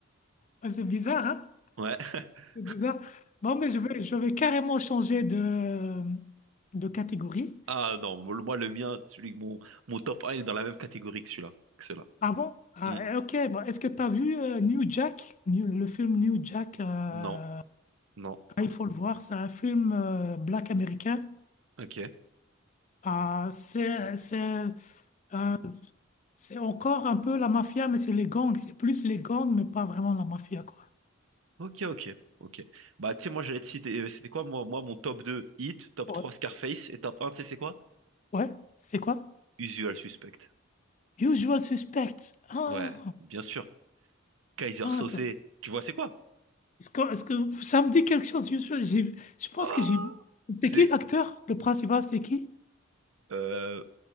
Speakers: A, on the left; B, on the right.
A: Ah, C'est bizarre, hein?
B: Ouais. <laughs>
A: C'est bizarre. Bon, mais je vais, je vais carrément changer de, de catégorie.
B: Ah non, le- moi, le mien, celui, mon, mon top un il est dans la même catégorie que celui-là. Que ceux-là.
A: Ah bon? Ah,
B: Hmm.
A: eh, ok, bon, est-ce que tu as vu euh, New Jack, New- le film New Jack euh, ah,
B: Non, non.
A: Il faut le voir, c'est un film euh, black américain.
B: Ok.
A: Ah, c'est, c'est, euh, c'est encore un peu la mafia, mais c'est les gangs. C'est plus les gangs, mais pas vraiment la mafia, quoi.
B: Ok, ok, ok. Bah, tu sais, moi, j'allais te citer, euh, c'était quoi, moi, moi, mon top 2 Hit, top
A: Ouais,
B: 3 Scarface, et top un tu sais, c'est quoi?
A: ouais, c'est quoi?
B: Usual Suspect.
A: Usual Suspect. Ah,
B: Ouais, bien sûr. Kaiser
A: ah,
B: Saucé,
A: ça-
B: tu vois, c'est quoi?
A: est-ce que, est-ce que ça me dit quelque chose, Usual? J'ai, vu- je pense
B: Oh,
A: que j'ai vu. C'était
B: c'est,
A: qui l'acteur? Le principal, c'était qui?
B: euh,